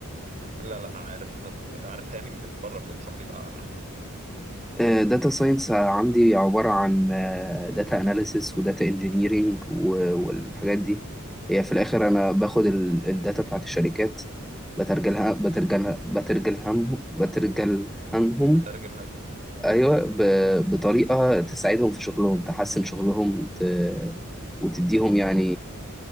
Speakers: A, on the right; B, in the centre.
A: لا لا عارف انا ال- عارفها يعني من بره فلو تشرح لي يبقى احسن يعني
B: <laughs> داتا ساينس عندي عبارة عن داتا اناليسيس وداتا انجينيرينج والحاجات دي هي في الآخر أنا باخد الداتا بتاعت الشركات بترجلها بترجلها بترجلهم بترجلهنهم
A: بترجمها لهم
B: ايوه ب... بطريقه تساعدهم في شغلهم تحسن شغلهم ت... وتديهم يعني